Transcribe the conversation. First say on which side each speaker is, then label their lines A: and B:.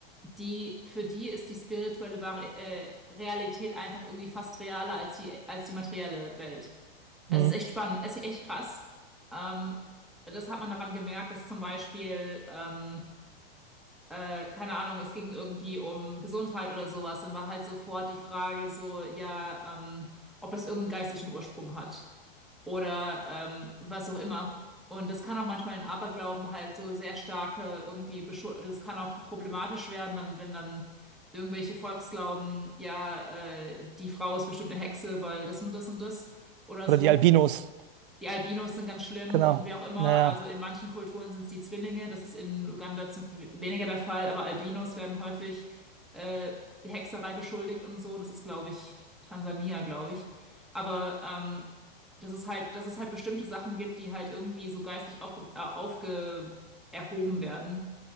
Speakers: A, in the centre; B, on the right (about 60°).
A: die, für die ist die spirituelle Vari äh, Realität einfach irgendwie fast realer als die, als die materielle Welt.
B: Mhm.
A: Es ist echt spannend, es ist echt krass. Ähm, das hat man daran gemerkt, dass zum Beispiel, ähm, äh, keine Ahnung, es ging irgendwie um Gesundheit oder sowas, dann war halt sofort die Frage so, ja, ähm, ob das irgendeinen geistlichen Ursprung hat oder ähm, was auch immer. Und das kann auch manchmal in Aberglauben halt so sehr starke irgendwie, beschu- das kann auch problematisch werden, dann, wenn dann irgendwelche Volksglauben, ja, äh, die Frau ist bestimmt eine Hexe, weil das und das und das oder
B: Oder
A: so.
B: die Albinos,
A: Die Albinos sind ganz schlimm
B: genau.
A: und wer auch immer.
B: Naja,
A: Also in manchen Kulturen sind es die Zwillinge. Das ist in Uganda zum, weniger der Fall, aber Albinos werden häufig äh, Hexerei beschuldigt und so. Das ist, glaube ich, Tansania, glaube ich. Aber ähm, das ist halt, dass es halt bestimmte Sachen gibt, die halt irgendwie so geistig aufge, äh, aufge erhoben werden